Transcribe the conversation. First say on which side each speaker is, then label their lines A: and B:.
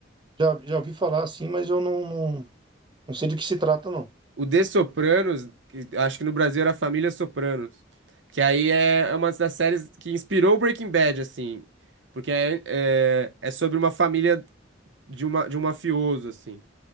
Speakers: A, on the right (about 25°); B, on the right (about 75°).
A: Já, já ouvi falar, sim, mas eu não, não, não sei do que se trata, não.
B: O The Sopranos, que acho que no Brasil era Família Sopranos, que aí é é uma das séries que inspirou o Breaking Bad, assim, porque é, é, é sobre uma família de, uma, de um mafioso, assim.